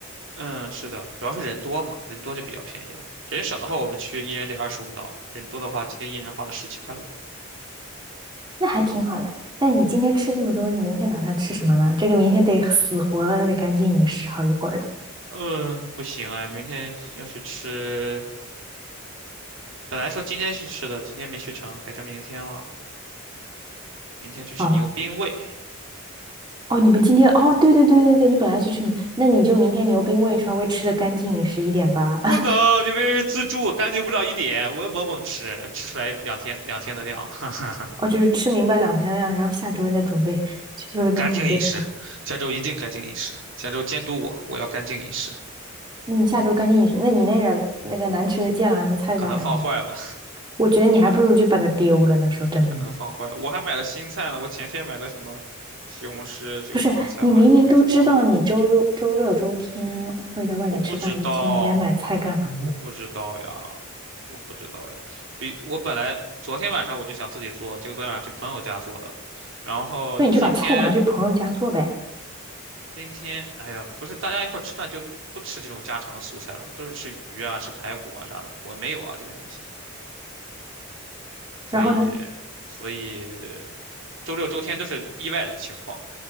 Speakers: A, on the right; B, on the right.
A: 嗯，是的，主要是人多嘛，人多就比较便宜了，人少的话我们去一人得二十五刀，人多的话今天一人花了十七块五，
B: 那还挺好的。但你今天吃这么多，你明天打算吃什么呢？这个明天得死活了，得赶紧饮食好一会儿了。
A: 呃，不行哎，明天要去吃，本来说今天去吃的，今天没去成，改成明天了。明天去吃牛冰味，
B: 好了，哦，你们今天哦，对对对对对，你本来去吃米，那你就明天牛冰味稍微吃的干净饮食一点吧。
A: 不能，
B: <laughs>
A: 牛冰是自助，干净不了一点。我要猛猛吃，吃出来两天两天的量。<laughs>
B: 哦，就是吃明白两天的量，然后下周再准备，下周再准备啊。
A: 干净饮食，下周一定干净饮食。下周监督我，我要干净饮食。
B: 那你下周干净饮食，那你那个那个难吃的芥蓝的菜咋整？
A: 可能放坏了，
B: 我觉得你还不如就把它丢了呢。说真的，
A: 可能放坏了。我还买了新菜呢，我前天买的什么西红柿、韭黄、
B: 不是你明明都知道你周周六周天会在外面吃饭，
A: 菜花什么都没做呢。我不知道，
B: 你前天买菜干嘛呢？
A: 我不知道呀，我不知道呀。比我本来昨天晚上我就想自己做，结果昨天晚上去朋友家做的，然后今天
B: 那你就把菜拿去朋友家做呗。
A: 今天，哎呀，不是大家一块儿吃饭就不吃这种家常的素菜了，都是吃鱼啊、吃排骨啊啥的。我没有啊这些东西，所以，
B: 然后呢，
A: 所以周六周天都是意外情况，